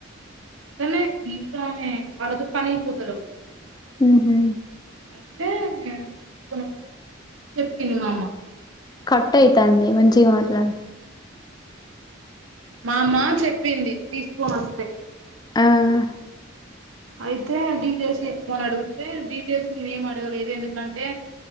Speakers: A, on the right; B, on the left.
A: ఇక్కన్నే ఈ ఊరామె వాళ్ళతో పనైపోతలేవ్
B: ఉహు
A: అయితే తీసుకోనెస్తే చెప్పింది మామ్మ
B: కట్ అయితాంది మంచిగా మాట్లాడు.
A: మామ్మ చెప్పింది తీసుకొని వస్తే
B: ఆ
A: అయితే డీటెయిల్స్ చెప్పమని అడిగితే డీటెయిల్స్ నేనేం అడగలేదు ఎందుకంటే